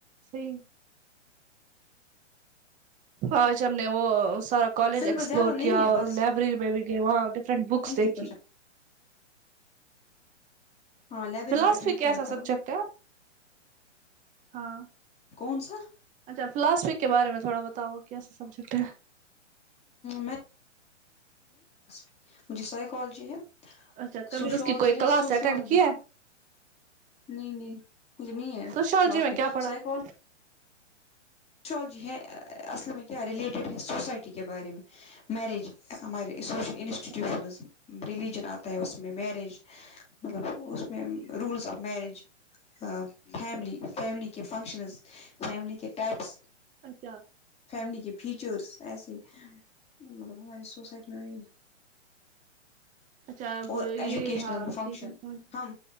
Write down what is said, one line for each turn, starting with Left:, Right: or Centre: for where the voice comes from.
Right: سہی آج ہم نے وہ سارا کالج
Left: سلیبس
Right: ایکسپلور
Left: زیادہ نہیں
Right: کیا
Left: ہے
Right: اور
Left: بس
Right: لائبریری میں بھی گئے وہاں فرنٹ بکس
Left: لینتھی
Right: دیکھی
Left: کوشچن۔ ہاں لائبریری
Right: فلاسفی
Left: اٹینڈ
Right: کیسا
Left: کیا
Right: سبجیکٹ
Left: کرو
Right: ہے ہاں
Left: کونسا
Right: اچھا فلاسفی کے بارے میں تھوڑا بتاؤ کیسا سبجیکٹ ہے
Left: میں <inaudible> مجھے سائیکالوجی ہے
Right: اچھا کبھی
Left: سوشولوجی
Right: اس کی کوئی
Left: ہے
Right: کلاس
Left: سوشولوجی
Right: اٹینڈ کی ہے
Left: نہیں نہیں مجھے نہیں ہے
Right: سوشالوجی
Left: فلاسفی
Right: میں کیا پڑھاتے
Left: سائیکال
Right: ہیں
Left: سوشالوجی ہے اصل میں کیا ریلیٹیڈ ہے سوسائٹی کے بارے میں میریج ہمارے سوشل انسٹیٹیوشنز
Right: اچھا
Left: ریلجن آ اتا ہے اس میں میریج مطلب اس میں رولز آف میریج ا فیملی فیملی کے فنکشنز فیملی کے ٹائپس
Right: اچھا
Left: فیملی کے فیچرس ایسے مطلب ہماری سوسائٹی میں وہ
Right: اچھا آپ
Left: اور
Right: یہ
Left: ایجوکیشنل
Right: ہاں
Left: فنکشن
Right: ٹھیک ہے
Left: ہم